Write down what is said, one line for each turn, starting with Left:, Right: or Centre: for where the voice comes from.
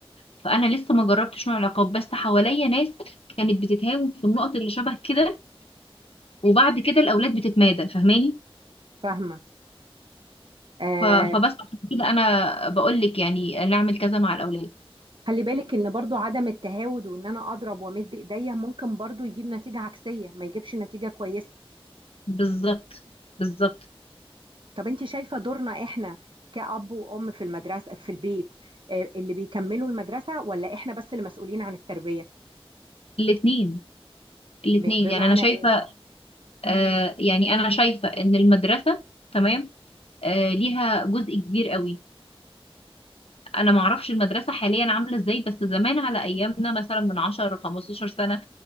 Left: فانا لسه ما جربتش نوع العقاب بس حواليا ناس كانت بتتهاون في النقط اللي شبه كده وبعد كده الاولاد بتتمادى فاهماني
Right: فاهمة آه
Left: ف- فبس عشان كده انا بقول لك يعني نعمل كذا مع الاولاد
Right: خلي بالك ان برضو عدم التهاود وان انا اضرب وامد ايديا ممكن برضو يجيب نتيجة عكسية ما يجيبش نتيجة كويسة
Left: بالظبط بالظبط
Right: طب انت شايفة دورنا احنا كأب وأم في المدرسة في البيت آه، اللي بيكملوا المدرسة ولا احنا بس اللي مسؤولين عن التربية
Left: الاثنين الاثنين
Right: م- بمعنى
Left: يعني انا شايفه
Right: ايه
Left: آه يعني انا شايفه ان المدرسه تمام آه ليها جزء كبير قوي انا ما اعرفش المدرسه حاليا عامله ازاي بس زمان على ايامنا مثلا من 10 15 سنه